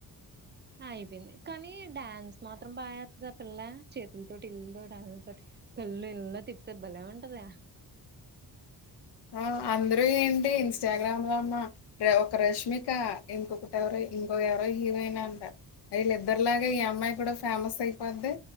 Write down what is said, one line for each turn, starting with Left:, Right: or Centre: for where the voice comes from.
Right: ఆయిపోయింది కానీ డన్స్ మాత్రం బాఏతున్నారు పిల్ల చే. ఇళ్లతోటి ఇలాతోటి అలతోటి ఇంతోటల్ కళ్ళు ఇళ్ల తిప్తాది భలే ఉంటదా.
Left: ఆ అందరూ ఏంటి ఇన్స్టాగ్రామ్ లో నా. అంటే ఒక రష్మిక ఇంకొకటి ఎవరో ఇంకొక ఎవరో హీరోయినంట అయి లేదు. అందరిలాగే ఈ అమ్మాయి కూడా ఫేమస్ అయిపోంది.